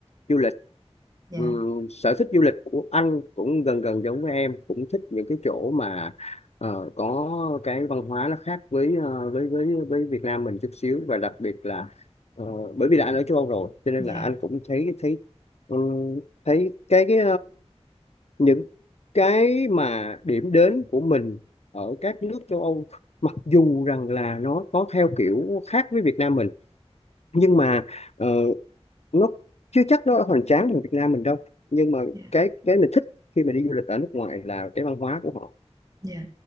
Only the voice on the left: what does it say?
du lịch
Ừm, sở thích du lịch của anh cũng gần gần giống với em cũng thích những cái chỗ mà ờ, có cái văn hóa nó khác với ờ, với với với Việt Nam mình chút xíu và đặc biệt là ờ, bởi vì là anh ở châu Âu rồi cho nên
là anh cũng thấy thấy ừm, thấy cái cái những cái mà điểm đến của mình ở các nước châu Âu mặc dù rằng là nó có theo kiểu khác với Việt Nam mình nhưng mà ờ, nó chưa chắc nó hoành tráng như Việt Nam mình đâu nhưng mà
cái cái mình thích khi mà đi du lịch ở nước ngoài là cái văn hóa của họ